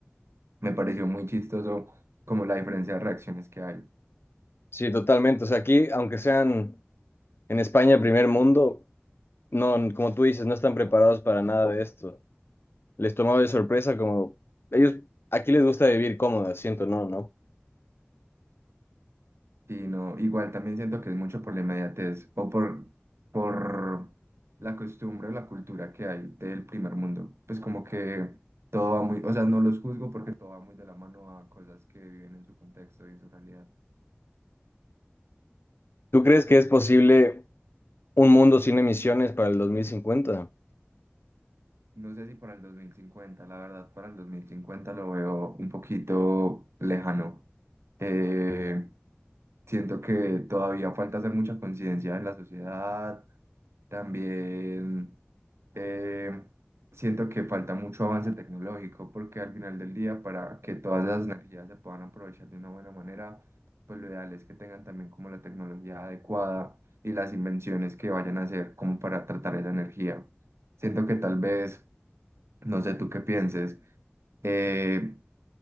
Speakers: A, on the right; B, on the left.
A: me pareció muy chistoso como la diferencia de reacciones que hay.
B: Sí, totalmente. O sea, aquí, aunque sean en España primer mundo, no, como tú dices, no están preparados para nada de esto. Les tomaba de sorpresa como ellos, aquí les gusta vivir cómodo, siento, no, ¿no?
A: Y no, igual también siento que es mucho por la inmediatez o por, por la costumbre o la cultura que hay del primer mundo. Pues como que todo va muy, o sea, no los juzgo porque todo va muy de la mano a cosas que viven en su contexto y en su realidad.
B: ¿Tú crees que es posible un mundo sin emisiones para el 2050?
A: No sé si para el 2050, la verdad, para el 2050 lo veo un poquito lejano. Eh, siento que todavía falta hacer mucha conciencia en la sociedad. También eh, siento que falta mucho avance tecnológico porque al final del día, para que todas esas energías se puedan aprovechar de una buena manera, pues lo ideal es que tengan también como la tecnología adecuada y las invenciones que vayan a hacer como para tratar esa energía. Siento que tal vez no sé tú qué pienses. eh,